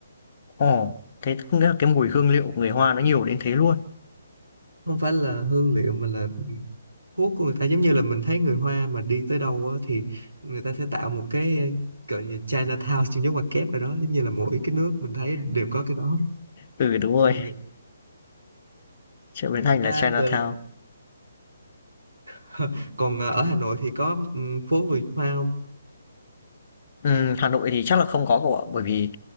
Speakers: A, on the left; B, on the right.
A: ồ, thế không nghĩa là cái mùi hương liệu của người Hoa nó nhiều đến thế luôn.
B: không phải là hương liệu mà là thuốc của người ta giống như là mình thấy người hoa mà đi tới đâu á thì người ta sẽ tạo một cái gọi như Chinatown trong giống ngoặc kép ở đó giống như là mỗi cái nước mình thấy đều có cái đó
A: Ừ, đúng rồi.
B: thì người,
A: Chợ Bến
B: người
A: Thành
B: ta
A: là Chinatown.
B: gọi là- <laughs> còn ờ, ở Hà Nội thì có ừ, phố người Hoa không
A: Ừm, Hà Nội thì chắc là không có cậu ạ, bởi vì